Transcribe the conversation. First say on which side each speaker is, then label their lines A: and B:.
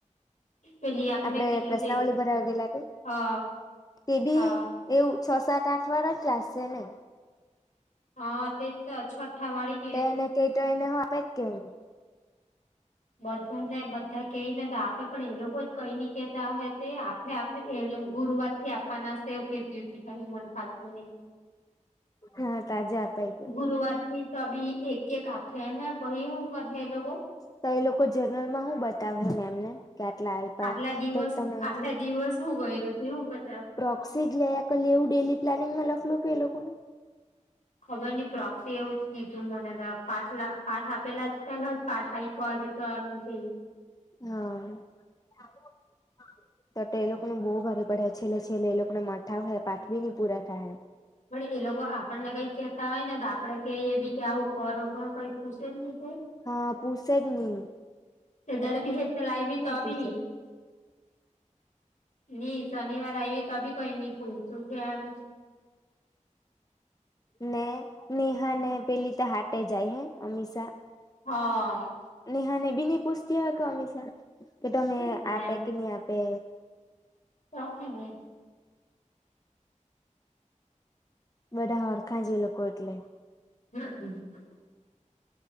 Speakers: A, on the left; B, on the left.
A: પેલી આપને
B: આપડે
A: કેટલું
B: પ્રશ્નાવલી
A: તે
B: ભરાવા ગયેલા તે.
A: અ
B: તે ભી
A: અ
B: એવું છ સાત આઠ વાળ જ ક્લાસ છે ને.
A: હા તે તો <unintelligible> વાડી
B: તો એને કેય તો એને હો આવે કે ની.
A: બધા ને બધા કહી ને તો આપે પણ એ લોકો જ કઈ ન કેતા હ તે આપે એ ગુરુવાર થી આપવાના સેવ કેતી હોતી ભાઈ મન ફાલતુ નહી
B: હા તાજા અપાઈ ગાય.
A: ગુરુવારથી તો તો ભી એક એક આપે હૈ બહી હું કર હે એ લોકો
B: તો એ લોકો જર્નલ માં હું બતાવશે મેમને કે આટલા આપ્યા
A: આટલા દિવસ
B: તો તમે
A: આટલા દિવસ શું હોય <unintelligible>
B: પ્રોક્સી જ લે આ કાર લી એવું ડેલી પ્લાનિંગમાં લખેલું કે એ લોકોએ.
A: ખબર નહી પ્રોક્સી એવું જ કીધું મને ત્યાં પાંચ લા પાઠ આપેલા છે ને પાઠ આઈ <unintelligible>
B: હા. તો તે એ લોકોને બહુ ભારે પડે છેલ્લે છેલ્લે એ લોકોને મથાવે પાઠ વી ની પૂરા થાય.
A: પણ એ લોકો આપણને કઈ કેતા હોય ને તો આપડે કે એ બી કે આવું કરો પણ કઈ પૂછે જ નહી તે.
B: હા પૂછે જ નહીં.
A: <unintelligible> હ તો લાઈવી તો
B: પૂસે
A: ભી નહી શનિવાર આવીએ તો બી કઈ નઈ પૂયછુ કેમ
B: ને નેહા ને પેલી તો હાટે જાય હે અમીશા.
A: હા
B: નેહા ને બી ની પૂછતી હો કે અમીશા કે તમે
A: તેજ ને
B: આપે કે નહી આપે.
A: <unintelligible>
B: બધા હરખાં જ એ લોકો એટલે.
A: <unintelligible>